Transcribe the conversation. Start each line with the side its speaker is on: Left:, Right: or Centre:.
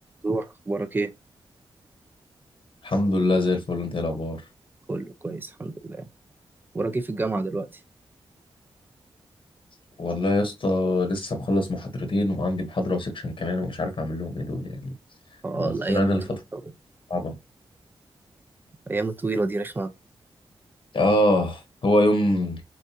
Right: روح اخبارك ايه
Left: الحمد لله زي الفل انت ايه الاخبار
Right: كله كويس الحمد لله اخبارك ايه في الجامعه دلوقتي
Left: والله يا اسطى لسه مخلص محاضرتين وعندي محاضرة وسكشن كمان ومش عارف اعمل لهم ايه دول يعني
Right: اه
Left: ضاغطين
Right: الايام
Left: علينا
Right: الطويله
Left: الفترة صعبة
Right: الايام الطويله دي رخمه
Left: اه هو يوم